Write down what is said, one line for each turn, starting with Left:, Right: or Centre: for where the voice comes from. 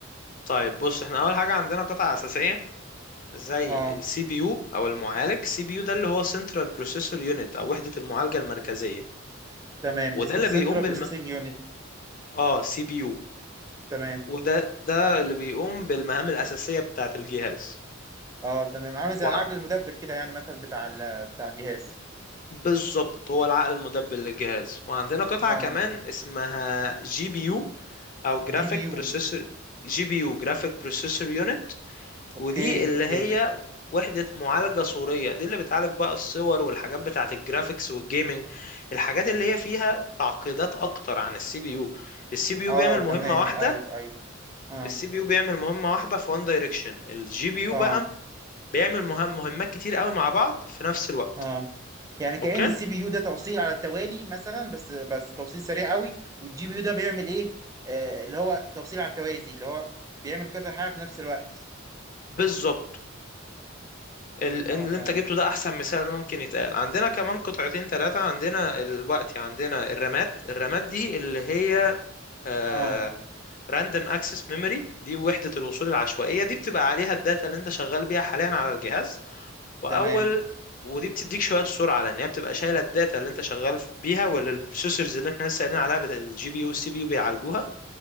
Left: طيب بص احنا اول حاجه عندنا قطعه اساسيه زي
Right: اه
Left: السي بي يو او المعالج سي بي يو ده اللي هو سنترال بروسيسور يونت او وحده المعالجه المركزيه
Right: تمام
Left: وده
Right: اسمه
Left: اللي
Right: السنترال
Left: بيقوم بالم
Right: بروسيسنج يونت
Left: اه سي بي يو
Right: تمام
Left: وده ده اللي بيقوم بالمهام الأساسية بتاعة الجهاز
Right: اه تمام عامل زي
Left: وع...
Right: العقل المدبر كده يعني مثلا بتاع ال- بتاع الجهاز
Left: بالظبط هو العقل المدبر للجهاز وعندنا قطعة
Right: اه
Left: كمان اسمها جي بي يو أو جرافيك
Right: جي بي يو
Left: بروسيسور جي بي يو جرافيك بروسيسور يونت
Right: اوكي
Left: ودي اللي
Right: اوكي
Left: هي وحدة معالجة صورية دي اللي بتعالج بقى الصور والحاجات بتاعة الجرافيكس والجيمنج الحاجات اللي هي فيها تعقيدات أكتر عن السي بي يو السي بي يو
Right: اه
Left: بيعمل مهمة
Right: تمام
Left: واحدة
Right: ايوه ايوه اه
Left: السي بي يو بيعمل مهمة واحدة في وان دايركشن الجي بي يو
Right: اه
Left: بقى بيعمل مهم مهمات كتير قوي مع بعض في نفس الوقت
Right: اه يعني كأن
Left: اوكي
Right: السي بي يو ده توصيل على التوالي مثلا بس بس توصيل سريع قوي والجي بي يو ده بيعمل ايه آه اللي هو توصيل على التوازي اللي هو بيعمل كذا حاجة في نفس الوقت
Left: بالظبط ال-
Right: اه
Left: اللي
Right: تمام
Left: انت جبته ده احسن مثال ممكن يتقال عندنا كمان قطعتين ثلاثة عندنا الوقت عندنا الرامات الرامات دي اللي هي آه
Right: اه
Left: راندوم اكسس ميموري دي وحدة الوصول العشوائية دي بتبقى عليها الداتا اللي انت شغال بيها حاليا على الجهاز واول
Right: تمام
Left: ودي بتديك شويه سرعه لان هي بتبقى شايله الداتا اللي انت شغال بيها ولا البروسيسورز اللي احنا لسه قايلين عليها بت... الجي بي يو والسي بي يو بيعالجوها